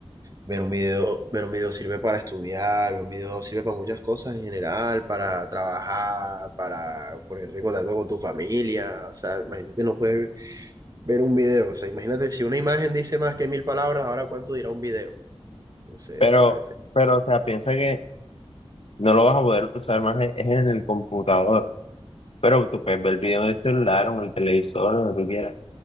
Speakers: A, on the right; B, on the left.
A: ver un video, ver un video sirve para estudiar, ver un video sirve para muchas cosas en general, para trabajar, para ponerte en contacto con tu familia, o sea, imagínate no poder ver un video, o sea, imagínate si una imagen dice más que mil palabras, ahora cuánto dirá un video. No sé,
B: Pero,
A: ¿sabes?
B: pero, o sea, piensa que no lo vas a poder usar más, es es en el computador. Pero tú puedes ver el video en el celular o en el televisor, o donde tú quieras.